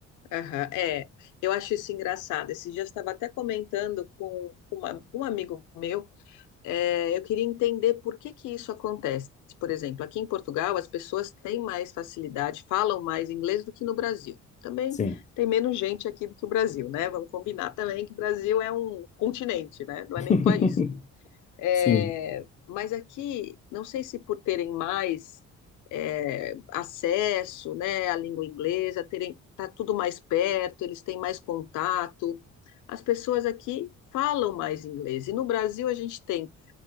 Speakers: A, on the left (about 80°); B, on the left (about 25°).
A: Aham, É, eu acho isso engraçado. Esses dias eu estava até comentando com uma- um amigo meu É, eu queria entender por que que isso acontece. Por exemplo, aqui em Portugal, as pessoas têm mais facilidade, falam mais inglês do que no Brasil. Também
B: Sim.
A: tem menos gente aqui do que o Brasil, né? Vamos combinar também que o Brasil é um continente, né? Não
B: <laughs>
A: é nem um país.
B: Sim.
A: É, mas aqui, não sei se por terem mais é, acesso, né, à língua inglesa, terem, tá tudo mais perto, eles têm mais contato. As pessoas aqui falam mais inglês. E no Brasil a gente tem